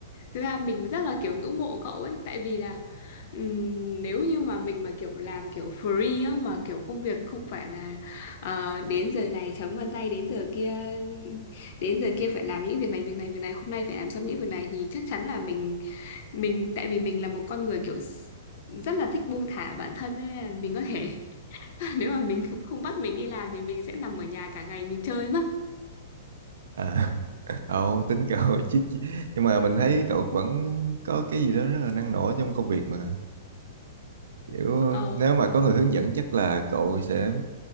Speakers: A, on the left (about 40°); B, on the right (about 75°).
A: Thực ra mình rất là kiểu ngưỡng mộ cậu ấy tại vì là ừm, nếu như mà mình mà kiểu làm kiểu free á mà kiểu công việc không phải là ờ, đến giờ này chấm vân tay đến giờ kia đến giờ kia phải làm những việc này việc này việc này hôm nay phải làm xong những việc này thì chắc chắn là mình mình tại vì mình là một con người kiểu s- rất là thích buông thả bản thân ấy, nên là mình có thể <laughs> nếu mà mình không bắt mình đi làm thì mình sẽ nằm ở nhà cả ngày mình chơi mất
B: à <laughs> ồ tính cậu <laughs> chứ chứ- nhưng mà mình thấy cậu vẫn có cái gì đó rất là năng nổ trong công việc mà kiểu
A: Ờ.
B: nếu mà có người hướng dẫn chắc là cậu sẽ